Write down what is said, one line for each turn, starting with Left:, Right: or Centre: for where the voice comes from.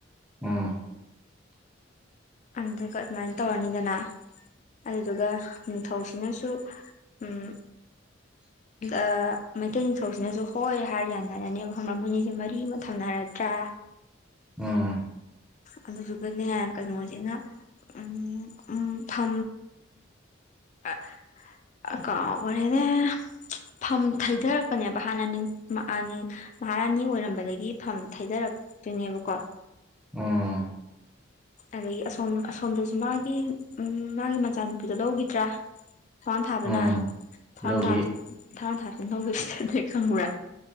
Centre: ꯎꯝ
Left: ꯑꯗꯨꯗꯨꯒ ꯑꯗꯨꯝꯃꯥꯏꯅ ꯇꯧꯔꯅꯤꯗꯅ ꯑꯗꯨꯗꯨꯒ ꯅꯤꯡꯊꯧꯁꯤꯅꯁꯨ ꯎꯝ
Centre: <inaudible>
Left: ꯑ‌ ꯃꯩꯇꯩ ꯅꯤꯡꯊꯧꯁꯤꯅꯁꯨ ꯍꯣꯏ ꯍꯥꯏꯔ ꯌꯥꯅꯔꯅꯦꯕ ꯈꯪꯕ꯭ꯔ ꯃꯣꯏꯅꯤꯁꯦ ꯃꯔꯤ ꯑꯃ ꯊꯝꯅꯔꯗ꯭ꯔ
Centre: ꯎꯝ
Left: ꯑꯗꯨꯗꯨꯒꯅꯦ ꯀꯩꯅꯣ ꯑꯩꯅ ꯎꯝ ꯎ ꯊꯝ ꯑ ꯑ ꯀꯥꯎꯒꯔꯦꯅꯦ ꯐꯝ ꯊꯩꯊꯔꯛꯄꯅꯦꯕ ꯍꯥꯟꯅ ꯅꯤꯡ <unintelligible> ꯃꯍꯥꯔꯥꯅꯤ ꯑꯣꯏꯔꯝꯕꯗꯒꯤ ꯐꯝ ꯊꯩꯗꯔꯛꯇꯣꯏꯅꯦꯕꯀꯣ
Centre: ꯎꯝ
Left: ꯑꯗꯒꯤ ꯑꯁꯣꯝ ꯑꯁꯣꯝꯗꯁꯨ ꯃꯥꯒꯤ ꯎꯝ ꯃꯥꯒꯤ ꯃꯆꯥꯅꯨꯄꯤꯗꯣ ꯂꯧꯒꯤꯗ꯭ꯔꯥ ꯊꯋꯥꯥꯟ ꯊꯥꯕꯅ
Centre: ꯎꯝ
Left: ꯊꯋꯥꯟ
Centre: ꯂꯧꯒꯤ
Left: ꯊꯥꯕꯁꯤ ꯊꯋꯥꯟꯁꯤꯅꯤ ꯂꯧꯗꯣꯏꯁꯦ ꯈꯪꯕꯔ